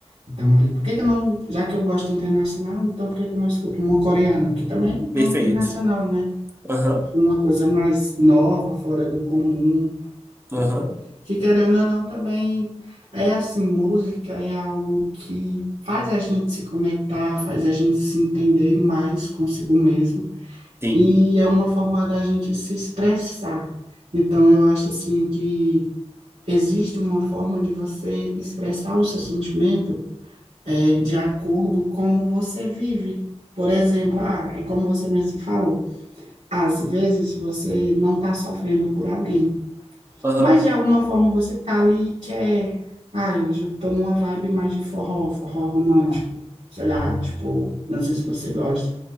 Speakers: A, on the right (about 85°); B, on the right (about 20°).
A: então, ali, por que que eu não, já que eu gosto internacional, então por que que eu não escuto uma coreana? Porque também
B: Perfeito.
A: é internacional, né?
B: Aham.
A: Uma coisa mais nova, fora do comum,
B: Aham.
A: né? Que querendo ou não, também é assim, música é algo que faz a gente se conectar, faz a gente se entender mais consigo mesmo,
B: Sim.
A: e é uma forma da gente se expressar. Então, eu acho assim que existe uma forma de você expressar o seu sentimento é, de acordo com como você vive. Por exemplo, ah, é como você mesmo falou, às vezes você não está sofrendo por alguém,
B: Aham.
A: mas de alguma forma você está ali e quer, ah, hoje eu tô numa vibe mais de forró, forró romântico, sei lá, tipo, não sei se você gosta,